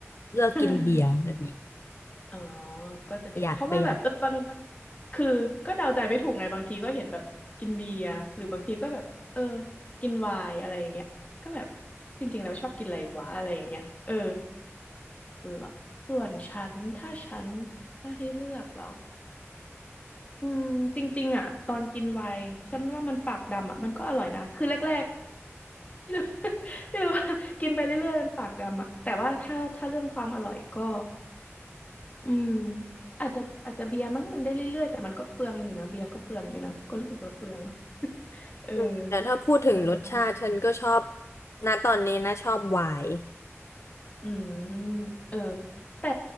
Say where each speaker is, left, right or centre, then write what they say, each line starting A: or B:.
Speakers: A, on the left; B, on the left.
A: เลือกกินเบียร์แบบนี้
B: <laughs> อ๋อก็จะดิเพราะว่าแบบเออบางบาง
A: ประหยัดประหยัด
B: คือก็เดาใจไม่ถูกไงบางทีก็เห็นแบบกินเบียร์หรือบางทีก็แบบเออกินไวน์อะไรอย่างเงี้ยก็แบบจริงๆแล้วชอบกินอะไรวะอะไรอย่างเงี้ยเออเหรอส่วนฉันถ้าฉันถ้าให้เลือกเหรออืมจริงๆอ่ะตอนกินไวน์ฉันว่ามันปากดำอ่ะมันก็อร่อยนะคือแรกๆไม่รู้ <laughs> ไม่รู้ว่ากินไปเรื่อยๆมันปากดำอ่ะแต่ว่าถ้าถ้าเรื่องความอร่อยก็ อืมอาจจะอาจจะเบียร์มั้งมันได้เรื่อยๆแต่มันก็เปลืองอยู่นะเบียร์ก็เปลืองอยู่นะก็รู้สึกว่าเปลืองเออ
A: อืมแต่ถ้าพูดถึงรสชาติฉันก็ชอบ
B: อะไรประมาณนั้น
A: ณตอนนี้นะชอบไวน์
B: อืมเออแต่